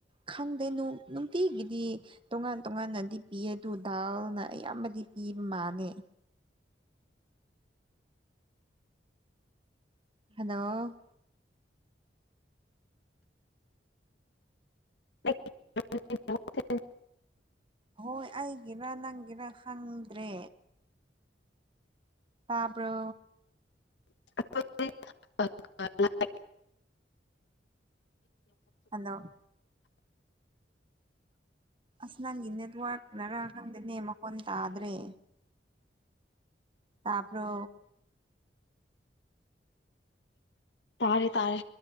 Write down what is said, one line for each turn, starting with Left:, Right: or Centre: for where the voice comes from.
Right: ꯈꯪꯗꯣꯏꯅꯨꯡ ꯅꯨꯡꯇꯤꯒꯤꯗꯤ ꯇꯣꯉꯥꯟ ꯇꯣꯉꯥꯟꯅꯗꯤ ꯄꯤ ꯑꯗꯨ ꯗꯥꯜꯅ ꯑꯌꯥꯝꯕꯗꯤ ꯄꯤꯕ ꯃꯥꯅꯦ ꯍꯜꯂꯣ
Left: <unintelligible>
Right: ꯍꯣꯏ ꯑꯩꯒꯤꯔꯥ ꯅꯪꯒꯤꯔꯥ ꯈꯪꯗ꯭ꯔꯦ ꯁꯥꯥꯕ꯭ꯔꯣ
Left: <unintelligible>
Right: ꯍꯜꯂꯣ ꯑꯁ ꯅꯪꯒꯤ ꯅꯦꯠꯋꯥꯔꯛ ꯃꯔꯔ ꯈꯪꯗꯅꯦ ꯃꯈꯣꯟ ꯇꯥꯗ꯭ꯔꯦ ꯇꯄ꯭ꯔꯣ
Left: ꯇꯥꯔꯦ ꯇꯥꯔꯦ